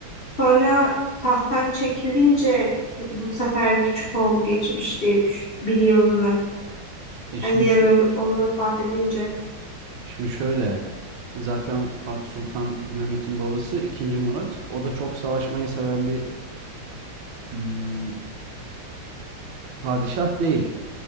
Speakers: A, on the left; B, on the right.
A: Sonra Tahttan çekilince bu sefer küçük oğlu geçmiş diye düş- biliyorum ben.
B: E şimdi
A: Hani diğer
B: şu
A: oğlu oğlu vefat edince.
B: şimdi şöyle zaten Fatih Sultan Mehmet'in babası ikinci Murat. O da çok savaşmayı seven bir hmm, padişah değil.